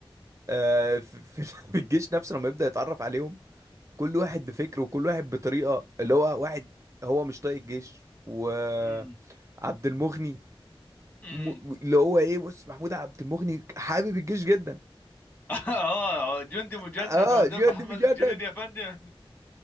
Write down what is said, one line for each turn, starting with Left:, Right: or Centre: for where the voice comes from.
Right: آه، في في- <laughs> في الجيش نفسه لما يبدأ يتعرف عليهم كل واحد بفكر وكل واحد بطريقة اللي هو واحد هو مش طايق الجيش وعبد
Left: امم
Right: المغني
Left: امم
Right: م- اللي هو ايه بص محمود عبد المغني حابب الجيش جدا
Left: <laughs> اه جندي مجند
Right: اه
Left: وهدام
Right: جد
Left: محمد
Right: مجدد
Left: الجنيدي يا فندم